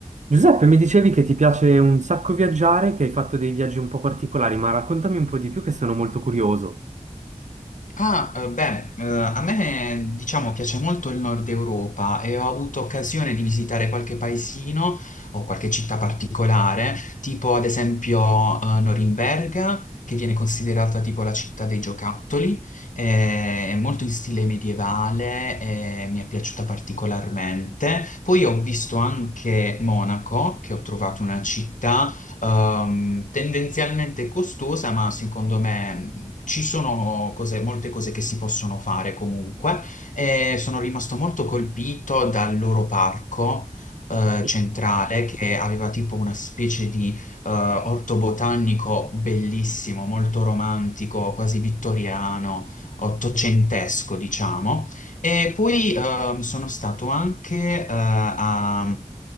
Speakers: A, on the right (about 65°); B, on the left (about 75°).
A: Giuseppe, mi dicevi che ti piace un sacco viaggiare, che hai fatto dei viaggi un po' particolari, ma raccontami un po' di più che sono molto curioso.
B: Ah, eh, beh, eh, a me diciamo piace molto il nord Europa e ho avuto occasione di visitare qualche paesino o qualche città particolare, tipo ad esempio eh, Norimberga, che viene considerata tipo la città dei giocattoli, eh, è molto in stile medievale e mi è piaciuta particolarmente. Poi ho visto anche Monaco, che ho trovato una città ehm, tendenzialmente costosa, ma secondo me mh, ci sono cose- molte cose che si possono fare comunque. E sono rimasto molto colpito dal loro parco.
A: Ok.
B: eh, centrale che aveva tipo una specie di eh, orto botanico bellissimo, molto romantico, quasi vittoriano, ottocentesco, diciamo. E poi ehm, sono stato anche eh, a